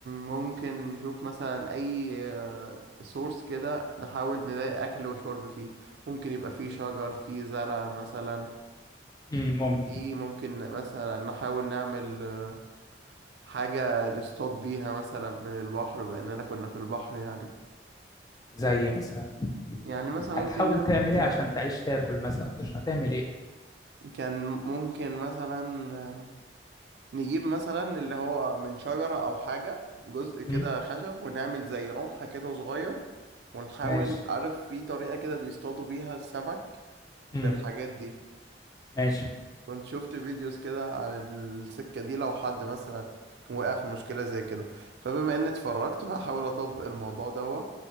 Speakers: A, on the right (about 65°); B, on the left (about 20°).
A: ممكن نشوف مثلا اي سورس كده نحاول نلاقي اكل وشرب فيه ممكن يبقى فيه شجر فيه زرع مثلا
B: امم ممكن
A: في ممكن مثلا نحاول نعمل آه، حاجه نصطاد بيها مثلا من البحر باننا كنا في البحر يعني
B: زي مثلا
A: يعني مثلا
B: هتحاول
A: ممكن نعمل
B: تعمل
A: تجيب
B: ايه عشان تعيش تاكل مثلا تشرب هتعمل ايه
A: كان ممكن مثلا آه، نجيب مثلا اللي هو من شجرة أو حاجة جزء كده
B: مم.
A: خشب ونعمل زي رمحة كده صغير ونحاول
B: ماشي
A: عارف في طريقة كده بيصطادوا بيها السمك
B: مم.
A: بالحاجات دي
B: ماشي
A: كنت شفت فيديوز كده عن السكة دي لو حد مثلا وقع في مشكلة زي كده فبما إني اتفرجت فهحاول أطبق الموضوع ده